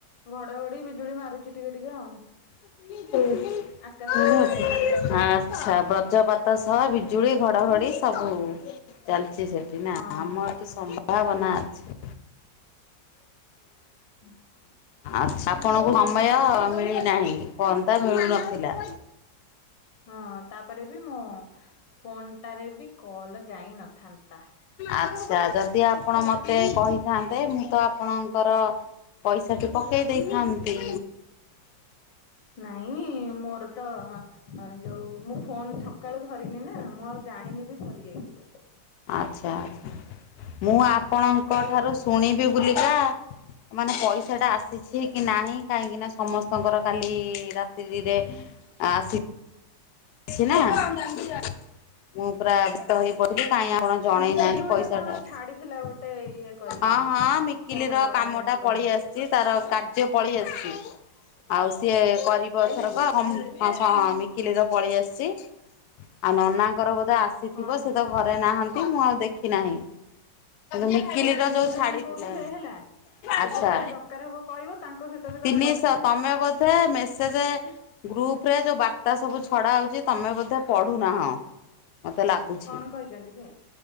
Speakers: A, on the left; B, on the left.
A: ଘଡଘଡି ବିଜୁଳି ମାରୁଛି ଟିକେ ଟିକେ ଆଉ
B: <unintelligible>
A: ଆକାଶ
B: ଆଛା
A: ଫର୍ଚା ହେଇଗଲାଣି
B: ବ୍ରଜପାତ ସହ ବିଜୁଳି ଘଡଘଡି ସବୁ ଚାଲିଛି ସେଠି ନା
A: ହଁ
B: ଆମ ଏଠି ସମ୍ଭାବନା ଅଛି।
A: ହ।
B: ଆଛା ଆପଣଙ୍କୁ ସମୟ ମିଳୁ ନହିଁ। ଫୋନ ତ ମିଳୁନଥିଲା।
A: ହଁ ତାପରେ ବି ମୁଁ ଫୋନ୍ ଟାରେ ବି କଲ ଯାଇ ନଥାନ୍ତା।
B: ଆଚ୍ଛା ଯଦି ଆପଣ ମତେ କହିଥାନ୍ତେ, ମୁଁ ତ ଆପଣଙ୍କର ପଇସାଟି ପକା କହି ଦେଇ ଥାନ୍ତି।
A: ନାଇଁ ମୋର ତ ଯୋଉ ମୁଁ ଫୋନ ସକାଳୁ ଧରିନି ନା ମୁଁ ଆଉ ଜାଣିନି ସରିଯାଇଛି ବୋଲି।
B: ଆଚ୍ଛା ଆଚ୍ଛା ମୁଁ ଆପଣଙ୍କ
A: ସେତେବେଳେ ତ
B: ଠାରୁ ଶୁଣିବି ବୁଲିକା ମାନେ ପଇସା ଟା ଆସିଛି କି ନାହିଁ, କାହିଁକି ନା ସମସ୍ତଙ୍କର କାଲି ରାତ୍ରୀରେ ଆସି ଅଛି ନା। ମୁଁ ପୁରା
A: ହୁଁ।
B: ବ୍ୟତ ହେଇ ପଥିଲି କାଇହିଁ ଆପଣ ଜଣେଇ
A: ମିକିଲି
B: ନାହାନ୍ତି
A: ଗୋଟେ
B: ପଇସା
A: କଣ
B: ଟା
A: ଛାଡିଥିଲା ଗୋଟେ ଇଏ କରିକିନା
B: ହଁ ହଁ ମିକିଲି
A: ଫୋନ
B: ର
A: ଗୋଟା
B: କାମ
A: ରେକର୍ଡିଂ
B: ଟା ପଳେଇ ଆସିଛି, ତାର କାର୍ଯ୍ୟ ପଳେଇ ଆସିଛି ଆଉ ସିଏ କରିବ
A: ଆଇଲାଇଁ
B: ଥର କଉ ମିକିଲିର ପଳେଇ ଆସିଛି ଆଉ ନନାଙ୍କର ବୋ ଆସିଥିବ
A: ହଁ
B: ସେ ତ ଘରେ ନାହାନ୍ତି, ମୁଁ ଆଉ ଦେଖି ନାହିଁ। ମିକିଲିର
A: ଚିନୁ
B: ଯୋଉ ଛାଡି
A: ଲାନି କହୁଥିଲେ
B: ଥିଲା
A: ହେଲା
B: ଆଛା,
A: ଯଦି ଆଉ ବି ଦରକାର ହବ କହିବ ତାଙ୍କ ସହିତ ବି ତମେ
B: ତିନିଶହ
A: ଗପି ପାରିବ
B: ତମେ ବଧେ ସେ ଯେ ଗ୍ରୁପ ରେ ଯୋଉ ବାର୍ତ୍ତା ସବୁ ଛଡା ହଉଛି, ତମେ ବୋଧେ ପଢୁନାହ ମତେ ଲାଗୁଛି
A: କଣ କହିଛନ୍ତି କି